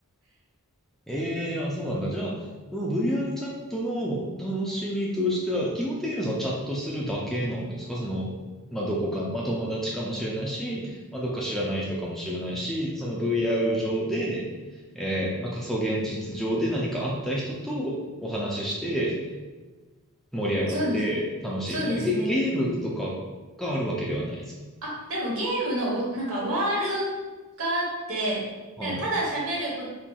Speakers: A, in the centre; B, on the right (about 65°).
A: えー、あ、そうなんだ。じゃあ、その VR チャットの楽しみとしては、基本的にはそのチャットするだけなんですかその、まあ、どこか、まあ、友達かもしれないし、まあ、どっか知らない人かもしれないし、その VR 上で、えーまあ、仮想現実上で何かあった人とお話しして、盛り上がって楽しいみたいな。
B: そうです。そうですね。
A: ゲ、ゲームとかがあるわけではないですか
B: あ、でもゲームの、なんかワールドがあって、
A: はい。
B: なんかただ喋るこ、